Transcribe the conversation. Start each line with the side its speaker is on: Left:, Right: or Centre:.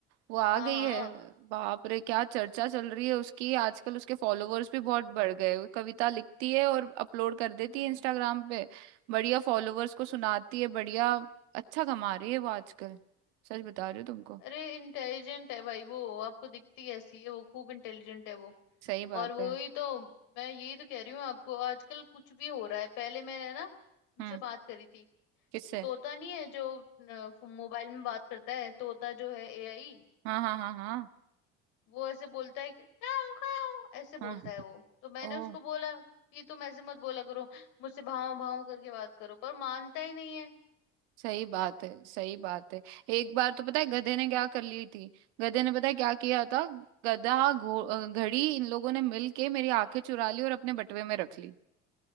Right: वो आ
Left: हाँ
Right: गई है
Left: हाँ
Right: बाप रे क्या चर्चा चल रही है उसकी आजकल उसके फॉलोवर्स भी बहुत बढ़ गए वो कविता लिखती है और अपलोड कर देती
Left: हम्म
Right: है इंस्टाग्राम पे बढ़िया फॉलोवर्स को सुनाती है बढ़िया अच्छा कमा रही है वो आजकल सच बता रही हूँ तुमको
Left: अरे इंटेलिजेंट है भाई वो आपको दिखती ऐसी है वो खूब इंटेलिजेंट है वो
Right: सही बात
Left: और वो
Right: है
Left: ही तो मैं यही तो कह रही हूँ आपको आजकल कुछ भी हो रहा है पहले मैंने ना उनसे
Right: हम्म
Left: बात करी थी
Right: किससे
Left: तोता नहीं है जो अ, फ- मोबाइल में बात करता है तोता जो है एआई
Right: हाँ हाँ हाँ हाँ
Left: वो ऐसे बोलता है कि काऊ काऊ ऐसे बोलता
Right: हाँ
Left: है वो तो मैंने
Right: ओ
Left: उसको बोला कि तुम ऐसे मत बोला करो मुझसे भाव भाव करके बात करो पर मानता ही नहीं है
Right: सही
Left: इडियट
Right: बात है सही बात है एक बार तो पता है गधे ने क्या कर ली थी गधे ने पता
Left: हम्म
Right: है क्या किया था गधा घो अ, घड़ी इन लोगों ने मिल के मेरी आंखें चुरा ली और अपने बटुए में रख ली